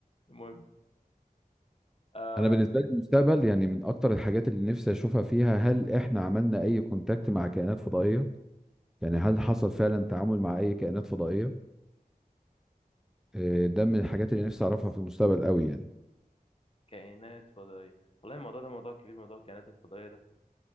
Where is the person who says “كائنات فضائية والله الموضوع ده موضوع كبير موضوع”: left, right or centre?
Left